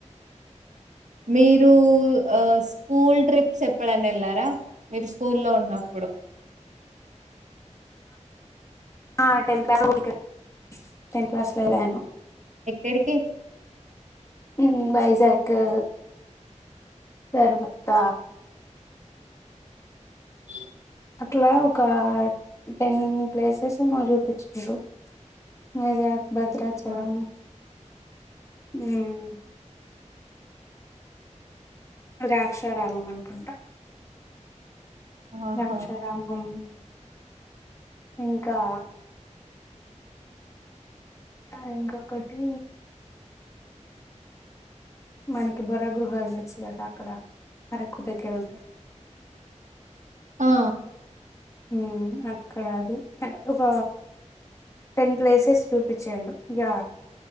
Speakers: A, on the right; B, on the left.
A: మీరు ఆ స్కూల్ ట్రిప్స్ ఎప్పుడన్నా ఎళ్లారా మీరు స్కూలో ఉన్నప్పుడు
B: ఆ టెన్త్ క్లాస్లో <unintelligible> టెన్త్ క్లాస్లో ఎళాను
A: ఎడికి
B: హ్మ్ వైజాగ్కు తర్వాత
A: ఇ
B: అట్లా ఒక టెన్ ప్లేసెస్ ఎమో చూపిచిండ్రు వైజాగ్ భద్రాచలం
A: ఆహా
B: హ్మ్మ్ రాక్షారామం అనుకుంటా
A: ఆహా
B: ద్రాక్షారామం ఇంకా ఆ ఇంకొకటి మనకి బొర్ర గృహాలు తెలుసు కదా అక్కడ అరకు దగ్గరేంటాయి
A: ఆ
B: మ్మ్ అక్కడ అది ఒక టెన్ ప్లేసెస్ చూపించడు ఇక